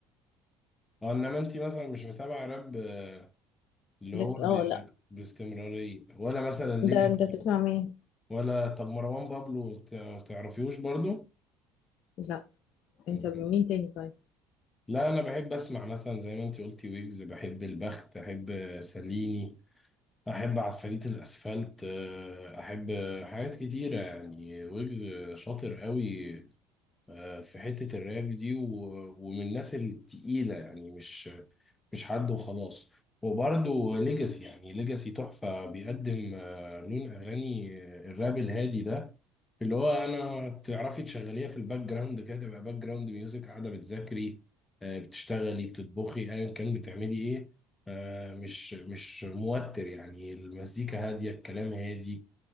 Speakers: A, on the left; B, on the left.
A: اه انما انت مثلا مش متابعة راب آه، اللي
B: لك
A: هو ب...
B: اه لا
A: باستمرارية ولا مثلا ليجاسي
B: ده انت بتسمع مين؟
A: ولا طب مروان بابلو ت- تعرفيوش برضو
B: لا
A: مهم.
B: انت مين تاني طيب؟
A: لا انا بحب اسمع مثلا زي ما انت قلتي ويجز بحب البخت احب ساليني احب عفاريت الاسفلت آه، احب حاجات كتيره يعني ويجز شاطر قوي آه، في حته الراب دي و- ومن الناس التقيله يعني مش مش حد وخلاص وبرضه ليجاسي يعني ليجاسي تحفة بيقدم آه، لون أغاني آه، الراب الهادي ده اللي هو أنا تعرفي تشغليها في الباك جراوند كده تبقى باك جراوند ميوزك قاعدة بتذاكري آه، بتشتغلي بتطبخي أيا كان بتعملي إيه آه، مش مش موتر يعني المزيكا هادية الكلام هادي